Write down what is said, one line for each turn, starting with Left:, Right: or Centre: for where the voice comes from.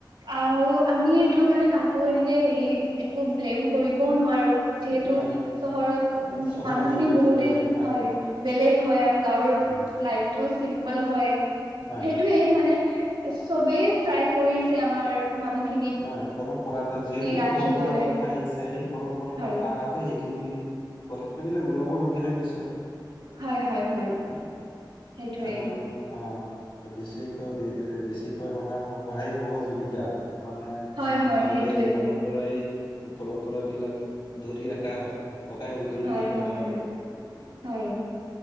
Right: আৰু আমি এইটো মানে কাক একো এনেকে হেৰি একো ব্লেম কৰিবওঁ নোৱাৰো যিহেতু
Left: নাই
Right: চহৰত
Left: চহৰৰ
Right: মানুহখিনি
Left: জীৱনটো
Right: বহুতে
Left: বেলেগ
Right: হয় বেলেগ হয়, আৰু গাওঁৰ
Left: উম,
Right: লাইফ টো চিম্পল হয়
Left: হয়
Right: সেইটোৱেই মানে চবেই ট্ৰাই কৰিছে আমাৰ মানুহ খি
Left: নাই পৰম্পৰাত যিহেতু
Right: ৰাখিবলৈ
Left: পৰম্পৰাৰ কথা আহিছে, সেই পৰম্পৰাৰ
Right: হয়
Left: কথা আহাতে সেইখিনি কথাবিলাক ওলাবলগীয়া হয় নিশ্চয়!
Right: হয় হয় হয়।
Left: আহ,
Right: সেইটোৱে
Left: কাৰণ অ, বেছিকৈ বে বেছিকৈ সহায় সহায় সহযোগিতা মানে আ,
Right: হয় হয়
Left: গাঁৱলীয়া
Right: সেইটোৱে
Left: জীৱনৰ পৰাই পৰম্পৰা বিলাক ধৰি ৰখা হয়। সহায় সহযোগিতা
Right: হয় হয়
Left: কৰা
Right: হয়, হয়।